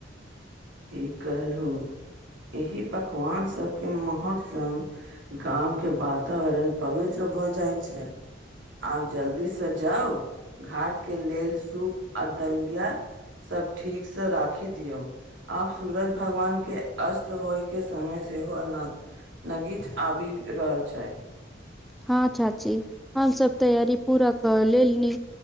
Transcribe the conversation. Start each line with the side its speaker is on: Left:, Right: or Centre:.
Right: ठीक कहलहु एही पकवान सबके महक सन- गाँवम के वातावरण पवित्र भऽ जाइत छै। आब जल्दीसँ जाउ घाट के लेल सूप आ दलिया। सब ठीकसँ राखी दिअउ। आब सूरज भगवान के अस्त होय के समय से हो नग- नगीच आबी रहल छै।
Centre: हँ चाची हम सब तैयारी पूरा कर लेलनी।